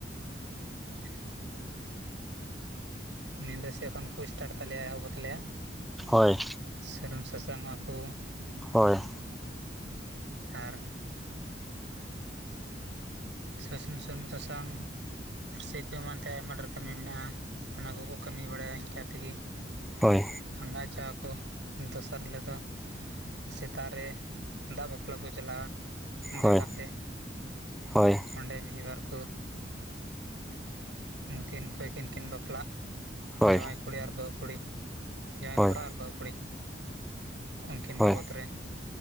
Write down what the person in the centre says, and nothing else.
ᱦᱳᱭ ᱾
ᱦᱳᱭ ᱾
ᱦᱳᱭ
ᱦᱳᱭ
ᱦᱳᱭ ᱾
ᱦᱳᱭ
ᱦᱳᱭ
ᱦᱳᱭ